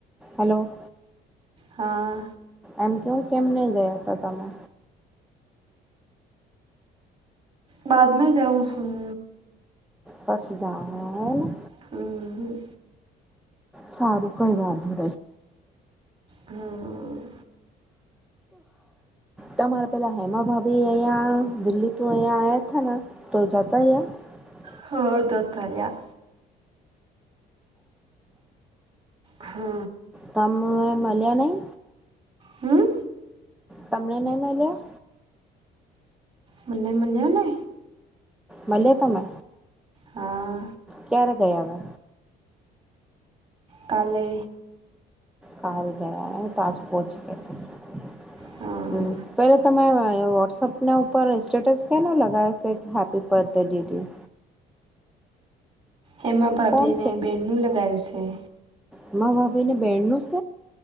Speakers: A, in the centre; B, on the right (about 35°).
A: હલો.
B: હા.
A: એમ કે હું કેમ નહીં ગયા હતા તમે.
B: બાદમાં જાઉં છું.
A: બસ જા એને
B: હમ.
A: સારું કઈ વાંધ ન
B: હમમ
A: તમારે પેલા હેમા ભાભી અહિયાયા દિલ્હી ત અહિયાયા થના તો જતા યયા
B: હ દ ત રહ્યા. હુ
A: તમ મલ્યાણ નઈ.
B: હમ.
A: તમને નહી મળલ્યા.
B: મલે મલ્યાને.
A: મળ્યા તમે
B: હા
A: ક્યારે ગયાવે.
B: કાલે.
A: કાલ ગયા તજ પહચી ગ હ
B: હા
A: પેલા તમે વોટ્સઅપના ઉપર સ્ટેટસ કેનો લગાવ છે. હેપી બર્થ ડે ડીડી.
B: હેમા ભાભીને
A: કોણ
B: બેનનું લગાવું છે.
A: હેમાં ભાભી ને બેણનુંસ